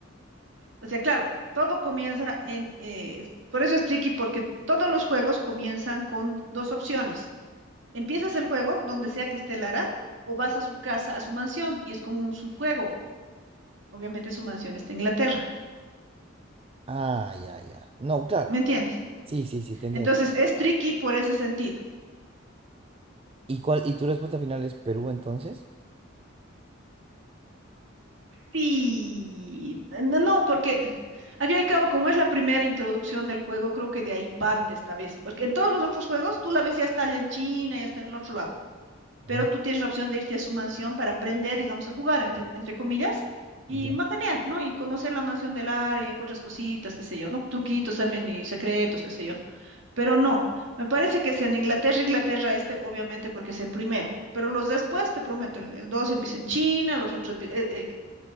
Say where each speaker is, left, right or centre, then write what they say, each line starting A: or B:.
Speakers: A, on the right; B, on the right.
A: O sea, claro, todo comienza en, eh, es- por eso es tricky, porque todos los juegos comienzan con dos opciones. Empiezas el juego donde sea que esté Lara o vas a su casa, a su mansión, y es como un subjuego. Obviamente su mansión está en Inglaterra,
B: Ah, ya, ya. No, claro.
A: ¿me Claro. entiendes?
B: Sí, sí, sí, te entiendo.
A: Entonces es tricky por ese sentido.
B: ¿Y cuál, y tu respuesta final es Perú entonces?
A: Sí, no, no, porque al fin y al cabo, como es la primera introducción del juego, creo que de ahí parte esta vez, porque en todos los otros juegos tú la ves ya está allá en China, ya está en el otro lado. pero
B: Ah,
A: tú tienes la opción de irte a su mansión para aprender, digamos, a jugar, entre, entre comillas, y
B: ya.
A: macanear, ¿no? Y conocer la mansión del área y encuentras cositas, qué sé yo, ¿no? Truquitos también y secretos, qué sé yo. Pero no, me parece que es en Inglaterra, Inglaterra este, obviamente, porque es el primero. Pero los después, te prometo, el, el dos empieza en China, los otros... empie- eh, eh,